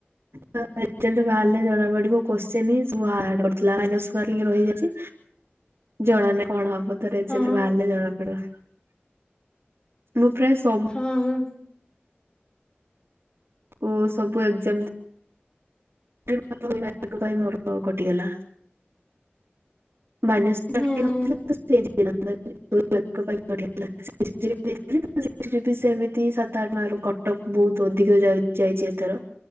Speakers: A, on the right; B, on the left.
A: <inaudible> ରେଜଲ୍ଟ ବାହାରିଲେ ଜଣା ପଡି଼ବ କୋଶ୍ଚେନି ସବୁ ହାଡ଼ ପଡ଼ଥିଲା ମାଇନସ ମାର୍କିଙ୍ଗ ରହିଯାଉଚି। ଜଣାନାଇଁ କଣ ହବ? ତ ରେଜଲ୍ଟ
B: ହଁ
A: ବାହାରିଲେ ଜଣାପଡି଼ବ ମୁଁ ପ୍ରାୟ ସବୁ
B: ହଁହଁ।
A: ଓ ସବୁ ଏକଜାମ୍ <unintelligible> ପାଇଁ ମୋର କଟିଗଲା‌‌। ମାଇନସ
B: ହୁଁ
A: ମାର୍କିଙ୍ଗ
B: ହୁଁ
A: ନଥିଲେ ତ <unintelligible> ଦୁଇ ମାର୍କ ପାଇଁ କଟିଗଲା। ସେଥିଲାଗି ସେଥିରେ ବି ସେମିତି ସାତ ଆଠ ମାର୍କ କଟଅଫ ବୋହୁତ ଅଧିକ ଯା ଯାଇଚି ଏଥର।